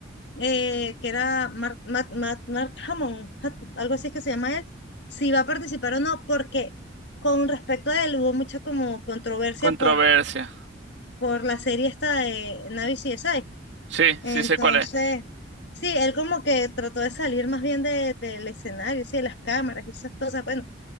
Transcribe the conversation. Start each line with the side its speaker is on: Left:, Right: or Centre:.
Left: eh, que era Mark, Matt, Matt- Mark Hammond, Hat- algo así es que se llama él, si va a participar o no, porque con respecto a él hubo mucha como controversia
Right: controversia.
Left: por, por la serie esta de Navi CSI.
Right: Sí,
Left: Entonces,
Right: sí sé cuál es.
Left: sí, él como que trató de salir más bien de, del escenario, sí, de las cámaras y esas cosas. Bueno,